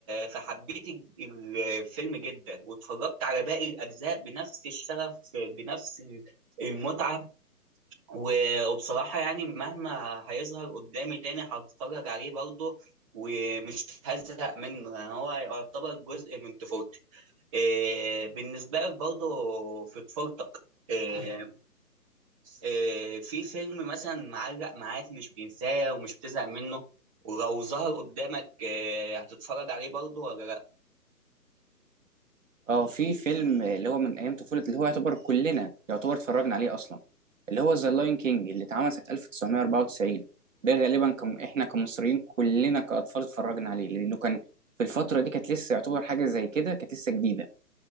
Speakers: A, on the right; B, on the right.
A: فحبيت ال- الفيلم جدا واتفرجت على باقي الاجزاء بنفس الشغف بنفس المتعه و- وبصراحه يعني مهما هيظهر قدامي تاني هتفرج عليه برضه ومش هزهق منه يعني هو يعتبر جزء من طفولتي آه، بالنسبه لك برضه في طفولتك آه، آه، في فيلم مثلا معلق معاك مش بتنساه ومش بتزهق منه ولو ظهر قدامك آه، هتتفرج عليه برضه ولا لا
B: اه في فيلم اللي هو من ايام طفولة اللي هو يعتبر كلنا يعتبر اتفرجنا عليه اصلا اللي هو ذا لاين كينج اللي اتعمل سنة 1994 ده غالبا كم احنا كمصريين كلنا كاطفال اتفرجنا عليه لانه كان في الفترة دي كانت لسه يعتبر حاجة زي كده كانت لسه جديدة